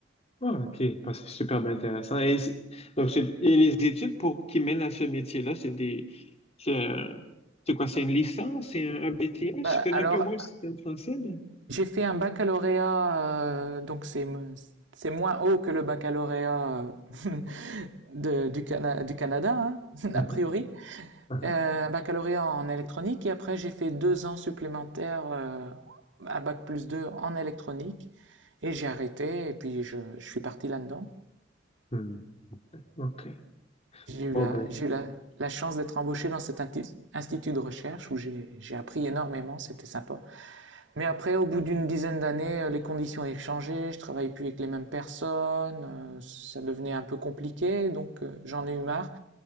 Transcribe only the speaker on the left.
Ah, ok, Bah, c'est super bien intéressant. Et, c'est- donc c'est- et les études pour qui mènent à ce métier-là, c'est des, c'est un- c'est quoi, c'est une licence, c'est un, un BTS?
Je connais
un peu au moins le système français, mais.
Mhm.
Aha.
Hmm. OK.
Bon,
ben.